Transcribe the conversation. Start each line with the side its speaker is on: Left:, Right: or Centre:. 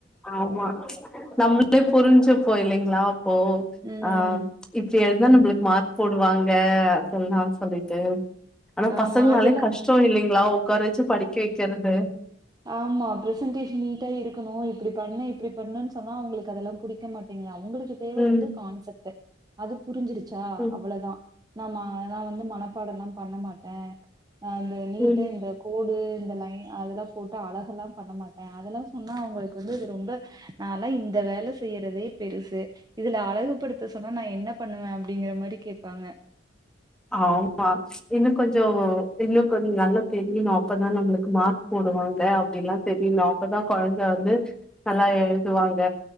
Centre: ஆமா ச்சு நம்மளே புரிஞ்சுப்போ இல்லைங்களா அப்போ
Right: ம்
Centre: ஆஹ் இப்படி எழுதா நம்மளுக்கு
Right: அந்த
Centre: மார்க் போடுவ ப்பாங்க அதல்லா சொல்லிட்டு ஆனா பசங்கனாலே
Right: ஆமா அதெல்லா
Centre: கஷ்டம் இல்லைங்களா உக்கார வச்சு படிக்கி வைக்கறது
Right: ஆமா பிரசன்டேஷன் நீட்டா இருக்கணும். இப்படி பண்ணா இப்படி பண்ணு சொன்னா அவங்களுக்கு அதெல்லா புடிக்க மாட்டீங்கிறது அவங்களுக்கு தேவை
Centre: ம்
Right: வந்து கான்செப்ட் அதுக் புரிஞ்சிருச்சா
Centre: ம்
Right: அவ்ளோதான் நம்ம அதான் வந்து மனப்பாடம் எல்லாம் பண்ண மாட்டேன் ஆஹ் அந்த நீட்டு
Centre: ம்
Right: இந்த கோடு இந்த லைன் அதெல்லா போட்டு அழகெல்லா பண்ண மாட்டேன் அதெல்லா சொன்னா அவங்களுக்கு வந்து இது ரொம்ப நாளா இந்த வேலை செய்யறதே பெருசு இதுல அழகுபடுத்த சொன்னா நான் என்ன பண்ணுவேன் அப்படிங்கிற மாரி கேட்பாங்க
Centre: ஆமா இன்னும் கொஞ்சோ இன்னும் கொஞ்சோ நல்லா தெரியணும் அப்பதான் நம்மளுக்கு மார்க் போடுவாங்க அப்படியெல்லா தெரியனும் அப்பதான் குழந்த வந்து நல்லா எழுதுவாங்க